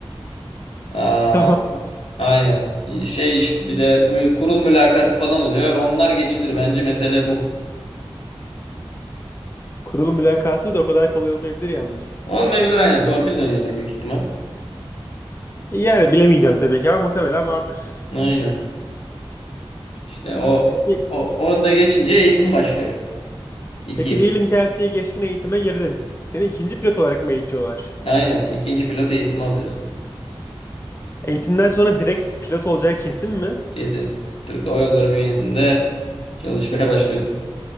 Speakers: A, on the left; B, on the left.
A: Ee,
B: <laughs> Tamam.
A: Aynen. Şey işte bir de mü- kurul mülakatı falan oluyor. Onlar geçilir. Bence mesele bu.
B: Kurul mülakatı da o kadar kolay olmayabilir yalnız.
A: Olmayabilir aynen. Torpil dönüyordur büyük ihtimal.
B: Yani bilemeyeceğim tabii ki ama muhtemelen vardır.
A: Aynen. İşte o,
B: Peki,
A: o onu da geçince eğitim başlıyor. İki
B: peki
A: yıl.
B: diyelim ki elçiye geçtin eğitime girdin. Seni ikinci pilot olarak mı eğitiyorlar?
A: Aynen. İkinci pilot eğitimi alıyorsun.
B: Eğitimden sonra direkt pilot olacağı kesin mi?
A: Kesin. Türk Hava Yolları bünyesinde çalışmaya <laughs> başlıyorsun.